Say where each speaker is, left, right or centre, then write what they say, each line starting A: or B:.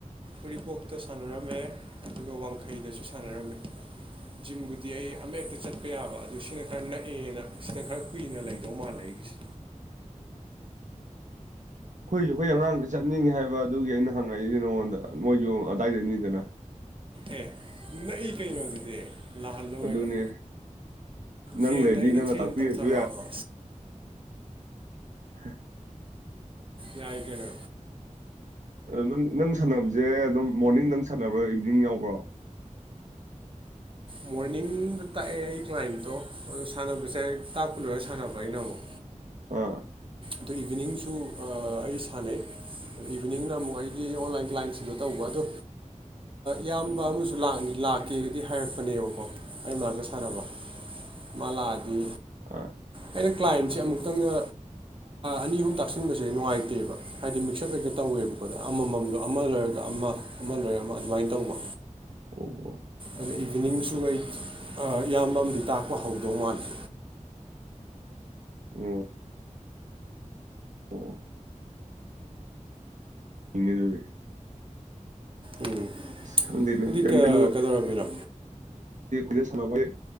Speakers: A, on the right; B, on the right.
A: ꯎꯔꯤꯄꯣꯛꯇ ꯁꯥꯟꯅꯔꯝꯃꯦ ꯑꯗꯨꯒ ꯋꯥꯡꯈꯩꯗꯁꯨ ꯁꯥꯟꯅꯔꯝꯃꯦ ꯖꯤꯝꯕꯨꯗꯤ ꯑꯩ ꯑꯃ ꯍꯦꯛꯇ ꯆꯠꯄ ꯌꯥꯕ ꯑꯗꯨ ꯁꯤꯅ ꯈꯔ ꯅꯛꯑꯦꯅ ꯁꯤꯅ ꯈꯔ ꯀꯨꯏꯅ ꯂꯩꯗꯧ ꯃꯥꯜꯂꯦ ꯑꯩꯒꯤꯁꯦ
B: <inaudible> ꯑꯩꯈꯣꯏꯁꯨ ꯑꯩꯈꯣꯏ ꯑꯉꯥꯡꯗ ꯆꯠꯅꯤꯡꯉꯦ ꯍꯥꯏꯕ ꯑꯗꯨꯒꯤ ꯑꯩꯅ ꯍꯪꯉꯛꯏꯁ ꯅꯉꯣꯟꯗ ꯃꯣꯏꯁꯨ ꯑꯗꯨꯗꯥꯏꯗꯅꯤꯗꯅ
A: ꯑꯦ ꯅꯛꯏ ꯀꯩꯅꯣ ꯑꯗꯨꯗꯤ ꯂꯥꯛꯍꯜꯂꯣ
B: ꯑꯗꯨꯅꯦ
A: ꯀꯩꯅꯣ
B: ꯅꯪ
A: ꯇ꯭ꯔꯦꯟꯗ
B: ꯂꯩꯔꯗꯤ
A: ꯑꯩꯅ
B: ꯅꯪꯅ
A: ꯇ꯭ꯔꯦꯟ
B: ꯇꯥꯛꯄꯤꯔꯁꯨ
A: ꯇꯧꯊꯔꯛꯑꯕ
B: ꯍꯥ
A: ꯌꯥꯏ ꯀꯅꯣ
B: ꯅ ꯅꯪ ꯁꯥꯟꯅꯕꯁꯦ ꯑꯗꯨꯝ ꯃꯣꯔꯅꯤꯡ ꯅꯪ ꯁꯥꯟꯅꯕ꯭ꯔꯣ ꯏꯚꯤꯅꯤꯡ ꯌꯥꯎꯕ꯭ꯔꯣ
A: ꯃꯣꯔꯅꯤꯡ ꯗ ꯇꯥꯛꯑꯦ ꯑꯩ ꯀ꯭ꯂꯥꯏꯟꯇꯣ ꯑꯗꯨꯣ ꯁꯥꯟꯅꯕꯁꯦ ꯇꯥꯛꯄ ꯂꯣꯏꯔꯒ ꯁꯥꯟꯅꯕ ꯑꯩꯅ ꯑꯃꯨꯛ
B: ꯑꯥ
A: ꯑꯗꯣ ꯏꯚꯤꯅꯤꯡꯁꯨ ꯑꯩ ꯁꯥꯟꯅꯩ ꯏꯚꯤꯅꯤꯡꯅ ꯑꯃꯨꯛ ꯑꯩꯒꯤ ꯑꯣꯟꯂꯥꯏꯟ ꯀ꯭ꯂꯥꯏꯟꯁꯤꯡꯗꯣ ꯇꯧꯕ ꯑꯗꯣ ꯏꯌꯥꯝꯕ ꯑꯃꯁꯨ ꯂꯥꯛꯀꯦꯒꯗꯤ ꯍꯥꯏꯔꯛꯄꯅꯦꯕꯀꯣ ꯑꯩ ꯃꯥꯒ ꯁꯥꯟꯅꯕ ꯃꯥꯂꯥꯛꯑꯗꯤ
B: ꯑ
A: ꯑꯩꯅ ꯀ꯭ꯂꯥꯏꯟꯁꯦ ꯑꯃꯨꯛꯇꯪꯒ ꯑꯅꯤ ꯑꯍꯨꯝ ꯇꯥꯛꯁꯤꯟꯕꯁꯦ ꯅꯨꯡꯉꯥꯏꯇꯦꯕ ꯍꯥꯏꯗꯤ ꯃꯤꯛꯁꯑꯞ ꯑꯣꯏꯒ ꯇꯧꯋꯦꯕꯀꯣꯗ ꯑꯃꯃꯝꯗꯣ ꯑꯃ ꯂꯣꯏꯔ ꯑꯗꯨꯒ ꯑꯃ ꯑꯃ ꯂꯣꯏꯔꯒ ꯑꯃ ꯑꯗꯨꯃꯥꯏꯅ ꯇꯧꯕ
B: ꯑꯣ
A: ꯑꯗ ꯏꯚꯤꯅꯤꯡꯁꯨ ꯑꯩ ꯏꯌꯥꯝꯕ ꯑꯃꯗꯤ ꯇꯥꯛꯄ ꯍꯧꯗꯧ ꯃꯥꯜꯂꯦ
B: <inaudible> ꯑꯣ ꯑꯣ ꯏ ꯂꯦ
A: ꯎꯝ
B: ꯑ ꯈꯟꯗꯅꯦꯅꯤꯡꯅꯤ
A: ꯑꯗꯨꯗꯤ ꯀꯩꯗꯧꯔꯝꯃꯤꯅꯣ
B: ꯀ ꯁꯥꯟꯅꯕꯩ